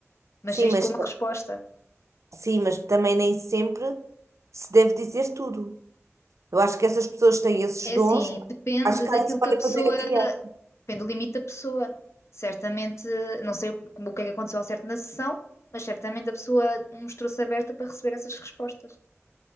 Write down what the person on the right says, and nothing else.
sim,
mas,
sim, mas também nem sempre se deve dizer tudo. Eu acho que essas pessoas têm esses
dons,
As casas
podem
fazer a criar.